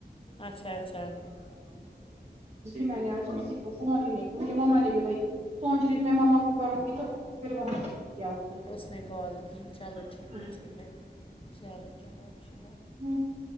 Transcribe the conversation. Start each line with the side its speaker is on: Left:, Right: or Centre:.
Left: اچھا اچھا
Right: میں نے آج کسی کو فون ہی نہیں کہ مجھے ما نے بھی بھائی <unintelligible> سوچ رہی ت کہ میں ماما کو کروں گی تو پھر وہاں سے یہح کیا اس
Left: اس نے کال کی چلو
Right: نے
Left: ٹھیک ہے ٹھیک ہے چلو چلو اچھا
Right: ہ